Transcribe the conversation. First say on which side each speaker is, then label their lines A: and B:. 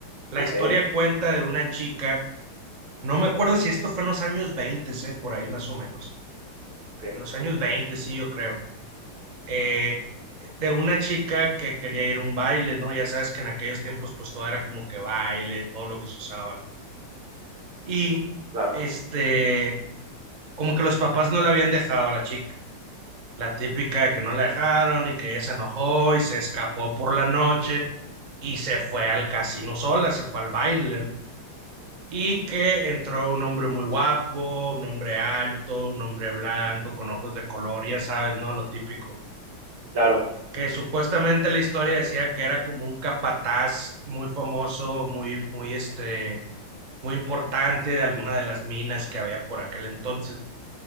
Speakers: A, on the right (about 30°); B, on the right (about 85°).
A: La
B: ok,
A: historia cuenta de una chica no me acuerdo si esto fue en los años 20, eh, por ahí más o menos.
B: ok,
A: En los años 20 sí, yo creo. Eh, de una chica que quería ir a un baile, ¿no? Ya sabes que en aquellos tiempos pues todo era como que baile, todo lo que se usaba, ¿no? Y
B: claro,
A: este, como que los papás no la habían dejado a la chica. La típica de que no la dejaron y que ella se enojó y se escapó por la noche y se fue al casino sola, se fue al baile, ¿no? Y que entró un hombre muy guapo, un hombre alto, un hombre blanco, con ojos de color, ya sabes, ¿no? Lo típico.
B: claro.
A: Que supuestamente la historia decía que era como un capataz muy famoso, muy, muy, este, muy importante de alguna de las minas que había por aquel entonces.